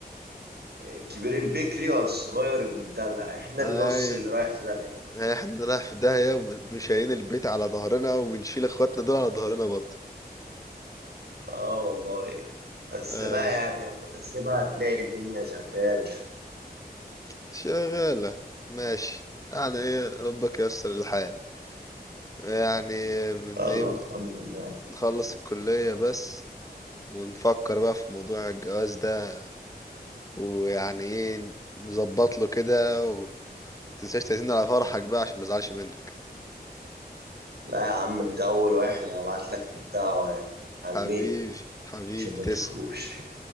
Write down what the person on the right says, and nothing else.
الكبير البكري والصغير المدلع احنا
النص اللي رايح في داهية
اه والله بس
لا يعني لما تحسبها هتلاقي الدنيا شغالة
الله
الحمد لله
لا يا عم انت اول واحد هبعت لك الدعوة يعني على
الميل
عشان ما
تشوفوش